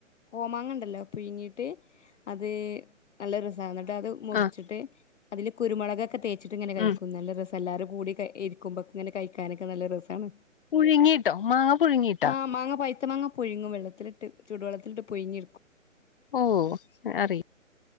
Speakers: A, on the left; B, on the left.
A: കോമാങ്ങ ഉണ്ടല്ലോ പുഴുങ്ങീട്ട് അതെ നല്ല രസ എന്നിട്ട് അത് മുറിച്ചിട്ട്
B: ആഹ്
A: അതില് കുരുമുളക്ക്കെ തേച്ച കച്ചിട്ട് ഇങ്ങനെ കഴിക്കും
B: ഉം
A: നല്ല രസം എല്ലാരും കൂടി ഇരിക്ക്പൊക്കെ ഇങ്ങെ കഴിക്കാനക്കെ നല്ല രസമണ്.
B: പുഴുങ്ങിട്ടോ മാങ്ങ പുഴുങ്ങിട്ടാ
A: ആ മാങ്ങ പൈത്ത മാങ്ങ പുഴുങ്ങു വെള്ളത്തിലിട്ട് ചൂടുവെള്ളത്തിലിട്ട് പുയ്ങ്ങിട്ക്കും
B: ഓ അയ്അറീല